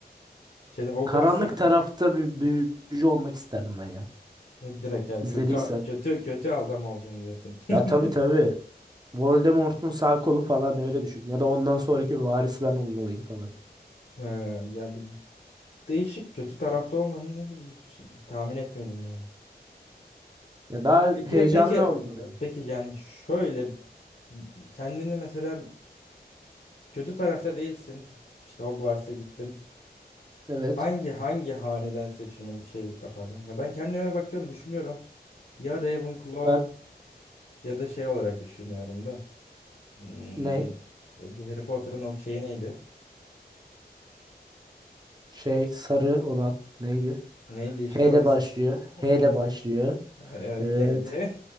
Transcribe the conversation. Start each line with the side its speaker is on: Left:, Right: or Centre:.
Left: Şeyde Hogwarts'ta
Right: karanlık
Left: mı?
Right: tarafta bir büyücü olmak isterdim ben ya.
Left: E, Direkt yani
Right: İzlediysen.
Left: kötü kötü kötü adam olacağım diyorsun. <laughs>
Right: Ya tabii tabii. Voldemort'un sağ kolu falan öyle düşün. Ya da ondan sonraki varis ben olmalıyım falan.
Left: Ee, yani değişik kötü tarafta olmanı hiç tahmin etmiyordum yani.
Right: Ya
Left: Ya,
Right: daha
Left: Peki
Right: heyecanlı
Left: peki
Right: olurdu. yani.
Left: peki yani şöyle kendini mesela kötü tarafta değilsin. İşte Hogwarts'a gittin.
Right: Evet.
Left: Hangi hangi haneden seçilmek şey yapardın? Ya ben kendime bakıyorum düşünüyorum. Ya Ravenclaw
Right: Ben
Left: ya da şey olarak düşünüyorum da. Hmm.
Right: ne?
Left: E, Bu Harry Potter'ın o şeyi neydi?
Right: Şey sarı olan neydi?
Left: Neydi işte
Right: H ile
Left: orası?
Right: başlıyor. H ile
Left: E,
Right: başlıyor.
Left: Evet
Right: Evet.
Left: neydi?